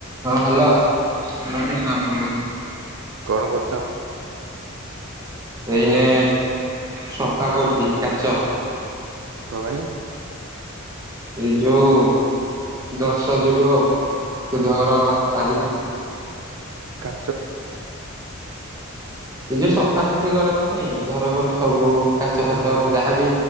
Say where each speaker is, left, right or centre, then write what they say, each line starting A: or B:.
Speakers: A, on the right; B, on the right.
A: ହଁ ହ୍ୟାଲୋ ନା ଗୋଟେ ସାଙ୍ଗ ଟେ <unintelligible>
B: କଣ କରୁଛ?
A: ଏଇନେ ସଫା କରୁଛି କାଚ
B: କ ଭାଇ।
A: ଏଇ ଯୋଉ ଦଶ ଯୋଗୁଁ ଆଉ। ସୁଧ ଘର ଆଜି ନା।
B: କା
A: ଏ ଯୋଉ ସଫାସଫି କରନ୍ତିନି ଘର ଘର ସବୁ। କାଚ ଫାଚ
B: ହଁ
A: ଯାହାବି